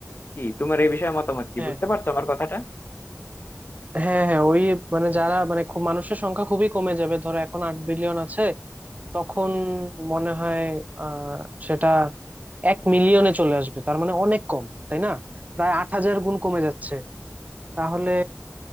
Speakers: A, on the left; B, on the right.
A: কি তোমার এই বিষয়ে মতামত কি
B: হ্যাঁ
A: বুঝতে পারছো আমার কথাটা
B: হ্যাঁ হ্যাঁ ওই মানে যারা মানে খুব মানুষের সংখ্যা খুবই কমে যাবে ধরো এখন আট বিলিয়ন আছে তখন মনে হয় আহ সেটা এক মিলিয়নে চলে আসবে তার মানে অনেক কম তাই না প্রায় আট হাজার গুণ কমে যাচ্ছে তাহলে